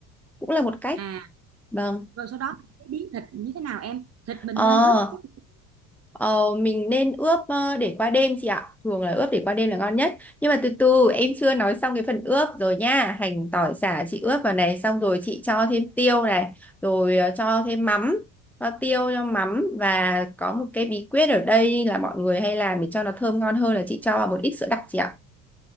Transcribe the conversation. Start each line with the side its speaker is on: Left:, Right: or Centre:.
Centre: cũng là một cách
Right: à
Centre: vâng
Right: rồi sau đó cái biến thịt như thế nào em thịt mình
Centre: Ờ,
Right: nên ướp cái
Centre: ờ, mình nên ướp ờ, để qua đêm chị ạ. Thường là ướp để qua đêm là ngon nhất. Nhưng mà từ từ em chưa nói xong cái phần ướp rồi nha. Hành tỏi sả chị ướp vào này xong rồi chị cho thêm tiêu này, rồi ờ, cho thêm mắm, cho tiêu cho mắm và có một cái bí quyết ở đây là mọi người hay làm để cho nó thơm ngon hơn là chị cho vào một ít sữa đặc chị ạ.